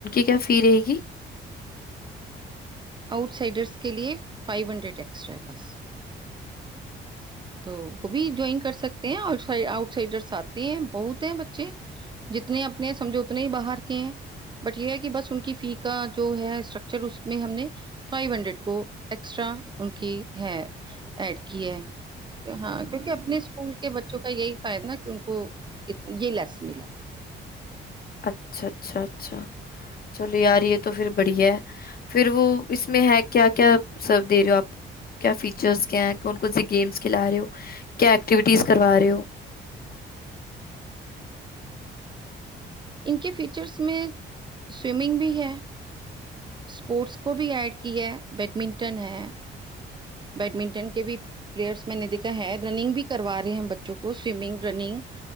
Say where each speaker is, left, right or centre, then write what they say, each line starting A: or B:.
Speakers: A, on the left; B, on the right.
A: ਕਿਆ ਫੀ ਰਹੇਗੀ।
B: ਆਊਟਸਾਈਡਰਸ ਕੇ ਫਾਈਵ ਹੰਡਰੇੇਡ ਐਕਸਟਰਾ ਹੈ ਬਸ ਉਹ ਵੀ ਜੁਆਇਨ ਕਰ ਸਕ ਆਊਟਸਾਈਡਰਸ ਆਤੇ ਹੈ ਬਹੁਤ ਹੈ ਬੱਚੇ ਜਿਤਨੇ ਆਪਣੇ ਸਮਝੋ ਉਤਨੇ ਹੀ ਬਾਹਰ ਕੇ ਹੈ ਬਟ ਯ ਹੈ ਬਸ ਉਹ ਕੀ ਫੀ ਕਾ ਜੋ ਹੈ ਸਟਕਚਰ ਫ ਉਸਮੇ ਹਮ ਨੇ ਫਾਈਵ ਹੰਡਰੇੇਡ ਕੋ ਐਕਸਟਰਾ। ਕੀ ਹੈ ਐਡਕੀ ਹੈ। ਹਾਂ ਕਿਉਂਕਿ ਆਪਣੇ ਸਕੂਲ ਕੇ ਬੱਚੋਂ ਕ ਇਹੀ ਫ਼ਾਇਦਾ ਕਿਕੋ ਯ ਲੈਸ ਮਿਲਾ
A: ਅੱਛਾ ਅੱਛਾ ਚਲ ਯਾਰ ਇਹ ਤਾਂ ਫਿਰ ਬੜੀਆ ਫਿਰ ਇਸਮੇਂ ਹੈ ਕਿਆ ਕਿਆ ਸਭ ਦੇ ਜੋ ਕਿਆ ਫੀਚਰ ਹੈ ਖਿਲਾ ਰਹੇ ਹੋ ਕਿ ਐਕਟੀਵਿਟੀਜ ਕਰਵਾ ਰਹੇ ਹੋ।
B: ਇਨਕੇ ਫੀਚਰਸ ਮੈਂ ਸਵਿਮਿੰਗ ਵੀ ਹੈ। ਸਪੋਰਟਸ ਕੋ ਵੀ ਐਡ ਕੀ ਹੈ ਬੈਡਮਿੰਟਨ ਹੈ। ਬੈਡਮਿੰਟਨ ਕੇ ਵੀ ਪਲੇਅਰਸ ਮੈਂਨੇ ਦੇਖਾ ਹੈ ਰਨਿੰਗ ਵੀ ਕਰਵਾ ਰਹੇ ਹੈ ਬੱਚੋ ਕੋ ਸਵਿਮਿੰਗ ਰਨਿੰਗ